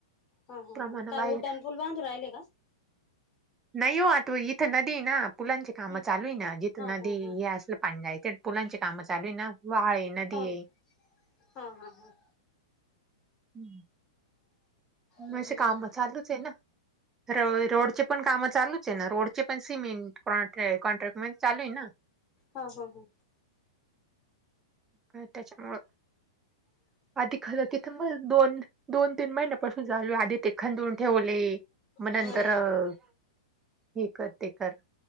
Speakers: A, on the left; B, on the right.
A: हम्म हम्म
B: प्रमाण
A: हम्म काय
B: बाहेर
A: उड्डाण पूल बांधू राहिले का?
B: नाही हो आता इथं नदी ना पुलांची काम
A: हम्म
B: चालू आहे ना जिथं
A: हा
B: नदी
A: हा हा
B: हे असलं <unintelligible> इथे पुलांची कामं चालू आहे ना वाळ आहे नदी
A: हा
B: आहे
A: हा हा हा.
B: हम्म.
A: हम्म
B: म काम चालूच आहे ना रो रोडचे पण काम चालूच आहे ना रोड ची पण सीमेंट कॉन्ट्र कॉन्ट्रॅक म्हण चालू आहे ना
A: हा हा हा.
B: आणि त्याच्यामूळ पाठी <unintelligible> मग दोन दोन तीन महिन्यापासून चालू आधी ते खंडून ठेवले मग नंतर
A: हा
B: अह हे कर ते कर